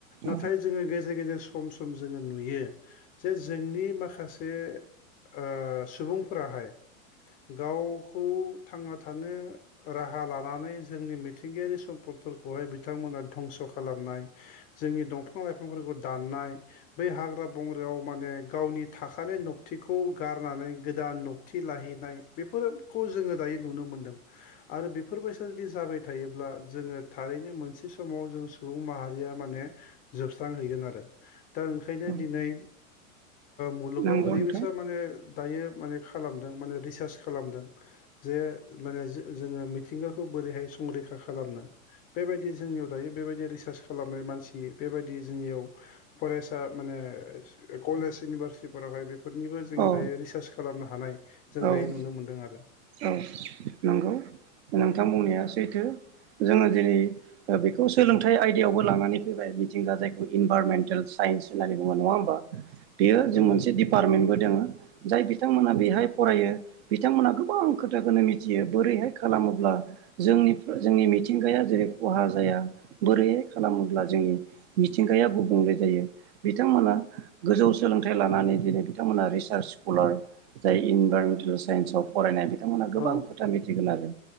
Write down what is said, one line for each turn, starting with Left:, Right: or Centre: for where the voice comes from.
Right: औ
Left: नाथाय जों गेजेर गेजेर सम सम जोङो नुयो जे जोंनि माखासे ओ सुबुंफोराहाय गावखौ थांना थानो राहा लानानै जोंनि मिथिंगायारि सम्पदफोरखौहाय बिथांमोना धंस' खालामनाय जोंनि दंफां लाइफांफोरखौ दाननाय बै हाग्रा बंग्रायाव माने गाव गावनि थाखानाय नबथिखौ गारनानै गोदान नबथि लाहैनाय बेफोरो खौ जोङो दायो नुनो मोनदों आरो बेफोरबायसा जुदि जाबाय थायोब्ला जोङो थारैनो मोनसे समाव जों सुबुं माहारिया माने जोबस्रांहैगोन आरो दा ओंखायनो
Right: औ
Left: दिनै मुलुगाव
Right: नंगौ
Left: ओरैबायसा
Right: नोंथां
Left: माने दायो माने खालामदों माने रिसार्च खालामदों जे माने जोङो मिथिंगाखौ बोरैहाय संरैखा खालामनो बेबायदि जोंनियाव दायो बेबायदि रिसार्च खालामनाय मानसि बेबायदि जोंनियाव फरेस्टआ माने कलेज इउनिभारसिटीफोरावहाय माने बे बे फोरनिबो जोङो
Right: औ
Left: दायो रिसार्च खालामनो हानाय जों
Right: औ
Left: दायो नुनो मोनदों आरो
Right: औ नंगौ नोंथां बुंनाया सैथो जोङो दिनै बेखौ सोलोंथाइ आयदायावबो लानानै फैबाय मिथिंगा जायखौ इनभाररमेन्टेल सायेनस होननानै बुङो नङा होनबा बेयो
Left: नंगौ
Right: जों मोनसे
Left: नंगौ
Right: डिपार्टमेन्टबो दोङो जाय बिथांमोना बेहाय फरायो बिथांमोना गोबां खोथाखौनो मिथियो बोरैहाय खालामोब्ला जोंनि जोंनि मिथिंगाया जेरै खहा जा मा बोरैहाय खालामोब्ला जोंनि मिथिंगाया गुबुंले जायो बिथांमोना गोजौ सोलोंथाइ लानानै दिनै बिथांमोना रिसार्च स्कलार जाय इनभाइरमेन्टेल साइन्स अफ फरायनाय बिथांमोनहा गोबां
Left: औ
Right: खोथा मिथिगोन आरो